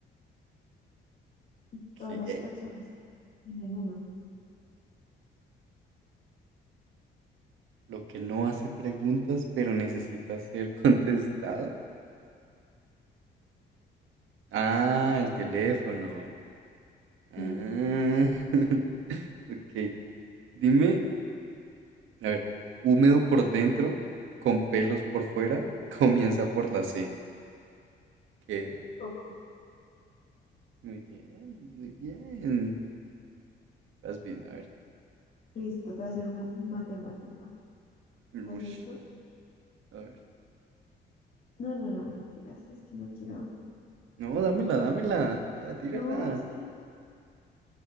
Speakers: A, on the left; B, on the right.
A: y
B: ¿Qué?
A: todas las personas tienen uno.
B: Lo que no hace preguntas, pero necesita ser <laughs> contestado. Ah, el teléfono. Ah,
A: Sí,
B: <laughs> Ok. Dime, a ver, húmedo por dentro, con pelos por fuera, <laughs> comienza por la C. ¿Qué es?
A: poco.
B: Muy bien, muy bien. Vas bien, a ver.
A: Listo, te voy a hacer una matemática. ¿Estás
B: Ush,
A: listo?
B: a ver.
A: No, no, no, mentiras. Es que no quiero
B: No, dámela, dámela.
A: hacer.
B: Ah, tírala.
A: No, es que.